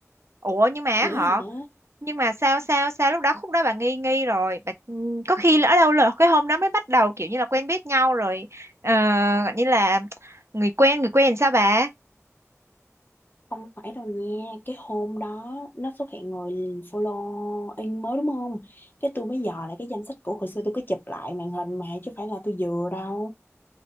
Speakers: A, on the right; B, on the left.
A: ủa nhưng mà
B: dễ
A: họ
B: hả
A: nhưng mà sao sao sao lúc đó khúc đó bà nghi nghi rồi bà ừm, có khi lỡ đâu là cái hôm đó mới bắt đầu kiểu như là quen biết nhau rồi ờ, gọi như là người quen người quen làm sao bà
B: Không phải đâu nha, cái hôm đó nó xuất hiện người follow in mới đúng không? Cái tôi mới dò lại cái danh sách cũ hồi xưa tôi có chụp lại màn hình mà chứ phải là tôi dừa đâu.